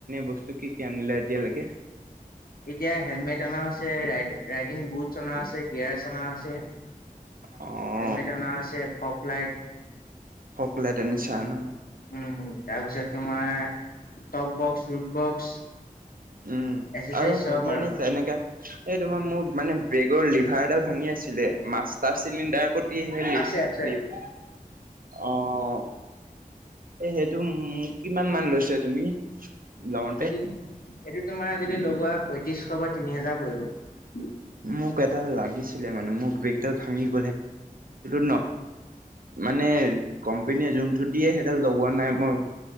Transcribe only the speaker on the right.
বস্তু কি কি আনিলা এতিয়ালৈকে?
অ',
ফগ লাইট আনিছা ন?
উম,
আৰু
হেৰি
আনিছা? এনেকা এই তোমাৰ মোৰ মানে ব্ৰেক তোৰ লিভাৰডাল ভাঙি আছিলে, মাষ্টাৰ চিলিণ্ডাৰ কত <unintelligible>
লিপ, অঁ। এ সেইটো উম কিমান মান লৈছা তুমি? লওঁতে?
মোক এটা লাগিছিলে মানে মোৰ ব্ৰেগডাল <unintelligible> মই <unintelligible> ন মানে কোম্পনীয়ে যোনতটো দিয়ে সেইাল লগোৱা নাই মই,